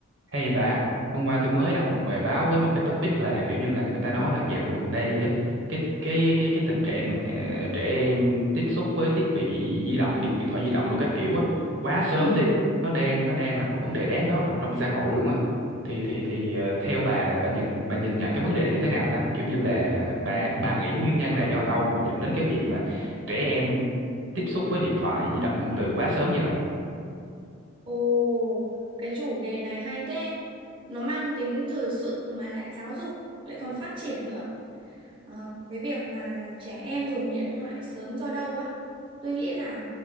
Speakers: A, on the right; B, on the right.
A: Hay bà, hôm qua tôi mới đọc một bài báo với một cái topic là kiểu như là người ta nói là dạo gần đây á, cái cái cái cái tình trạng mà ờ, trẻ em tiếp xúc với thiết bị di động, điện điện thoại di động đồ các kiểu á quá sớm
B: Ừ,
A: đi, nó đang nó đang là một vấn đề đáng báo động trong xã hội luôn á. Thì thì thì ờ, theo bà bà nhìn bà nhìn nhận cái vấn đề này như thế nào ta? Kiểu như là bà bà nghĩ nguyên nhân là do đâu mà dẫn đến cái việc mà trẻ em tiếp xúc với điện thoại di động từ quá sớm như vậy?
B: ồ, cái chủ đề này hay thế. Nó mang tính thời sự mà lại giáo dục, lại còn phát triển nữa. Ờ, cái việc mà trẻ em dùng điện thoại sớm do đâu á? Tôi nghĩ là